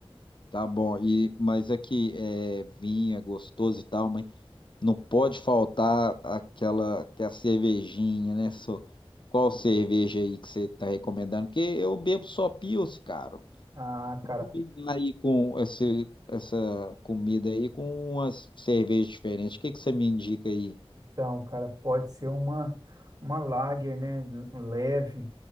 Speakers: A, on the left; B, on the right.
A: Tá bom, e, mas aqui é vinho, é gostoso e tal, mas não pode faltar aquela, aquela cervejinha, né? só? Qual cerveja aí que você tá recomendando? Porque eu bebo só Pils, cara.
B: Ah, cara,
A: Combinar aí com esse, essa comida aí com umas cervejas diferentes. O que que você me indica aí?
B: Então, cara, pode ser uma, uma lager, né? Leve.